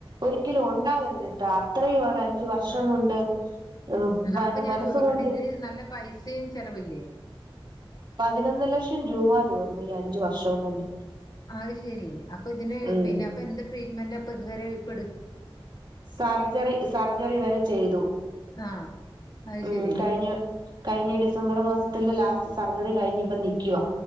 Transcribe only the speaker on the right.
ഒരിക്കലും ഉണ്ടാവരുത്ട്ടാ അത്രയും ഒര അഞ്ച് വർഷം
കൊണ്ട് ഉം
മനസ്സും
കൊണ്ട്‌
പതിനൊന്ന് ലക്ഷം രൂപ തീർന്നു ഈ അഞ്ചു വർഷം കൊണ്ട്
ഉം
സർജറി സർജറി വരെ ചെയ്തു
ഉം
കഴിഞ്ഞ കഴിഞ്ഞ ഡിസംബറ് മാസത്തില് ലാസ്റ്റ് സർജറി കഴിഞ്ഞ് ഇപ്പ നിക്കവാ